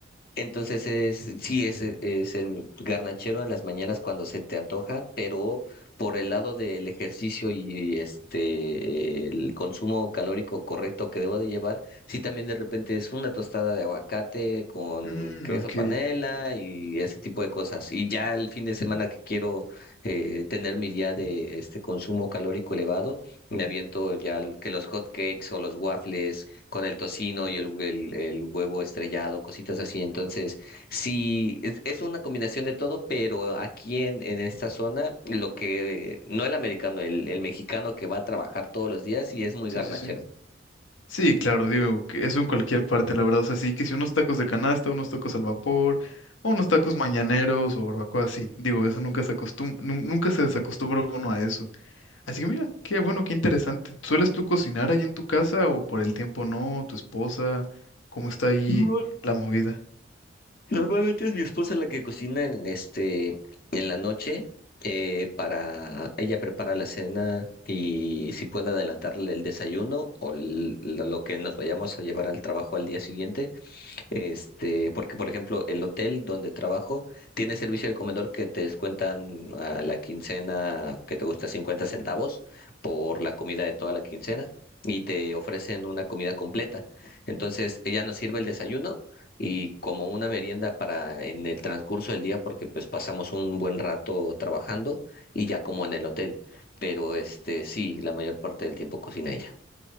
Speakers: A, on the left; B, on the left.
A: entonces es, sí, es, e, es el garnachero en las mañanas cuando se te antoja, pero por el lado del ejercicio y este el consumo calórico correcto que debo de llevar, sí también de repente es una tostada de aguacate con
B: Mm,
A: queso
B: ok,
A: panela y ese tipo de cosas. Y ya el fin de semana que quiero eh, tener mi día de este consumo calórico elevado, me aviento ya el- que los hot cakes o los waffles con el tocino y el, hue- el, el huevo estrellado, cositas así. Entonces, sí, es, es una combinación de todo, pero aquí en, en esta zona, lo que, no el americano, el, el mexicano que va a trabajar todos los días y es muy
B: sí,
A: garnachero.
B: sí, sí. Sí, claro, digo, que eso en cualquier parte, la verdad. O sea, sí que si unos tacos de canasta, unos tacos al vapor, o unos tacos mañaneros o barbacoa, sí. Digo, eso nunca se acostumbra, nunca se desacostumbra uno a eso. Así que mira, qué bueno, qué interesante. ¿Sueles tú cocinar ahí en tu casa o por el tiempo no? ¿Tu esposa? ¿Cómo está ahí
A: Normal-
B: la movida?
A: normalmente es mi esposa la que cocina en este, en la noche. eh, para ella prepara la cena y si puede adelantarle el desayuno o l- lo lo que nos vayamos a llevar al trabajo al día siguiente. Este, porque por ejemplo, el hotel donde trabajo tiene servicio de comedor que te descuentan a la quincena que te gusta 50 centavos por la comida de toda la quincena y te ofrecen una comida completa. Entonces, ella nos sirve el desayuno y como una merienda para en el transcurso del día porque pues pasamos un buen rato trabajando y ya como en el hotel. Pero este, sí, la mayor parte del tiempo cocina ella.